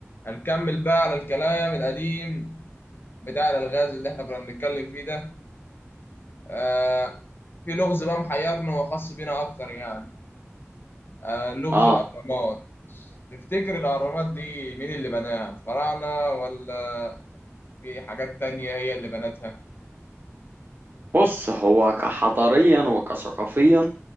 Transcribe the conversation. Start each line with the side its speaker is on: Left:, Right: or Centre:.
Left: هنكمل بقى على الكلام القديم بتاع الألغاز اللي احنا كنا بنتكلم فيه ده آه في لغز بقى محيرنا وخاص بينا أكتر يعني آه لغز
Right: اه
Left: الأهرامات تفتكر الأهرامات دي مين اللي بناها؟ الفراعنة ولا في حاجات تانية هي اللي بنتها؟
Right: بص هو كحضاريا وكثقافيا